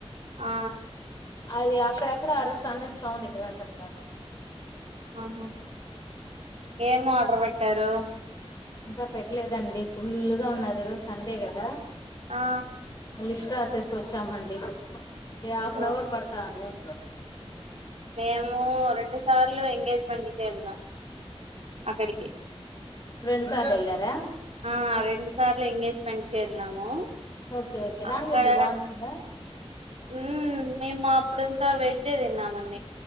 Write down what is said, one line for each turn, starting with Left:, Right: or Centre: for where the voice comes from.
Right: ఆ
Left: అది అక్కడెక్కడ అరస్త <unintelligible> సౌండ్ ఇక్కడ వినపడతాంది.
Right: ఆహా ఏం ఆర్డర్ పెట్టి, పెట్టారు
Left: ఇంకా పెట్టలేదండి ఫుల్గా ఉన్నారు. ఈ రోజు సండే కదా,
Right: ఆ
Left: లిస్ట్ రాసేసి వచ్చామండి, ఏ ఆఫ్
Right: ఓ-
Left: నఅవర్ పడతాంది, <inaudible>
Right: ఏమో రెండు, సార్లు ఎంగేజ్మెంట్ కి వెళ్ళినాం అక్కడికి
Left: రెండుసార్లు ఎళ్ళారా,
Right: ఆ రెండు సార్లు ఎంగేజ్మెంట్ కె వెళ్ళాము
Left: ఓకే ఓకే నాన్
Right: అక్కడ,
Left: వెజ్ బాగుంటుందా
Right: ఉ మేము అప్పుడంతా వెజ్ తిన్నామ అండి,